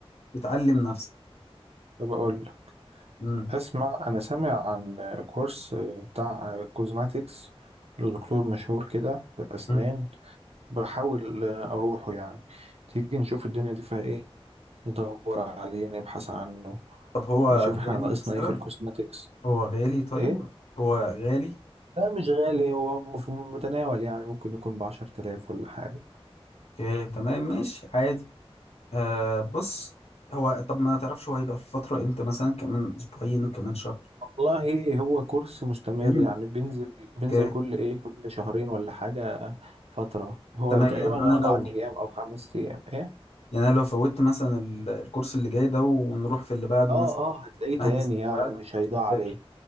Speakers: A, on the left; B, on the right.
A: بتعلم نفسك
B: طب اقول لك
A: مم.
B: اسمع انا سامع عن كورس آه، بتاع كوزماتيكس لدكتور مشهور كده في اسنان
A: مم.
B: بحاول آه، اروحه يعني تيجي نشوف الدنيا دي فيها ايه ندور عليه نبحث عنه
A: طب هو غالي
B: نشوف احنا ناقصنا
A: مثلا
B: ايه في الكوزماتيكس
A: هو غالي طيب
B: ايه
A: هو غالي
B: لا مش غالي هو في المتناول يعني ممكن يكون بعشر تلاف ولا حاجة
A: اوكي تمام ماشي عادي آه بص هو طب ما تعرفش هو هيبقى في فترة امتى مثلا كمان اسبوعين كمان شهر
B: والله هو كورس مستمر
A: فاهم؟
B: يعني بينزل بينزل
A: اوكي
B: كل ايه كل شهرين ولا حاجة فترة هو
A: تمام
B: تقريبا
A: يعني انا
B: أربع
A: لو
B: أيام أو خمس أيام ايه
A: يعني انا لو فوتت مثلا ال- الكورس اللي جاي ده ونروح في اللي بعده
B: اه
A: مثلا
B: اه هتلاقيه
A: نحجز
B: تاني
A: في
B: يعني
A: اللي
B: مش هيضيع عليه
A: بعده.